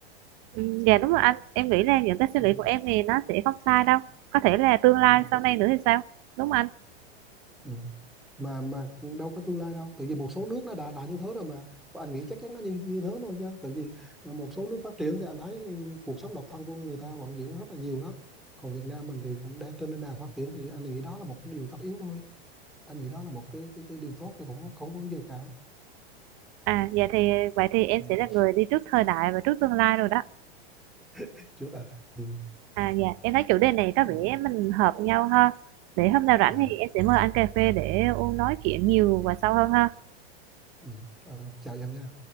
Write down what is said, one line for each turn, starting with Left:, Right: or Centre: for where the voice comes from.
Right: ừ, dạ đúng rồi anh em nghĩ là những cái suy
Centre: ừ.
Right: nghĩ của em thì nó sẽ không sai đâu có thể là tương lai
Centre: Ừ.
Right: sau này nữa thì sao đúng không anh
Centre: Ừ. mà mà đâu có tương lai đâu tự vì một số nước nó đã đã như thế rồi mà Và anh nghĩ chắc chắn nó như như thế thôi chứ tự vì một số nước phát triển thì anh thấy cuộc sống độc thân của người ta vẫn diễn ra rất là nhiều đó còn Việt Nam mình thì cũng đang trên nền đà phát triển thì anh nghĩ đó là một cái điều tất yếu thôi anh nghĩ đó là một cái cái cái điều tốt tôi cũng không không có vấn gì cả
Right: À dạ thì vậy thì em
Centre: ừ.
Right: sẽ là người đi trước thời đại và trước tương lai rồi đó.
Centre: Thích trước à ừ.
Right: À dạ em thấy chủ đề này có
Centre: Ừ.
Right: vẻ mình hợp nhau ha. Để hôm nào rảnh
Centre: à
Right: thì em sẽ mời anh cà phê để u nói chuyện nhiều và sâu hơn ha.
Centre: Ừ. Ờ, chào em nha